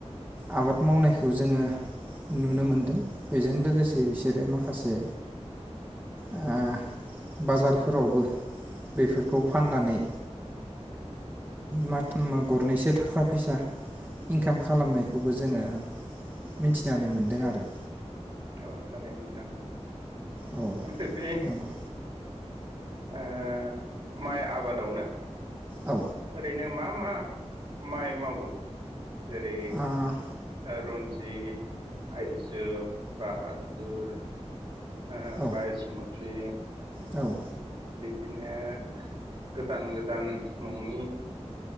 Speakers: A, on the right (about 15°); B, on the right (about 50°).
A: आबाद मावनायखौ जोङो नुनो मोनदों बेजों लोगोसे बिसोरो माखासे ओ बाजार फोरावबो बेफोरखौ
B: उम
A: फाननानै मा गरनैसो थाखा फैसा इनकाम खालामनायखौबो जोङो मिथिनानै मोनदों आरो
B: औ थारैनो नोंथां
A: औ
B: ओमफ्राय बे
A: नंगौ
B: ओ माइ आबादावनो
A: औ
B: ओरैनो मा मा माइ मावो जेरै
A: आ
B: ओ रज जिथ आइजो बाहादुर ओ
A: औ
B: बायसमु थि
A: औ
B: बिदिनो गोदान गोदान मुंनि